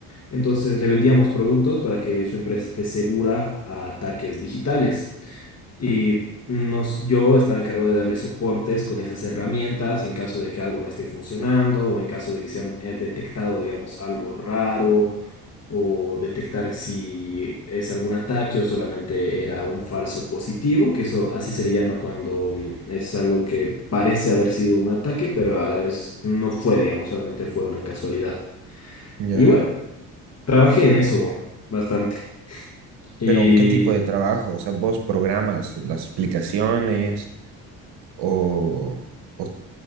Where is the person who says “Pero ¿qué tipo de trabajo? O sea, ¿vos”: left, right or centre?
Right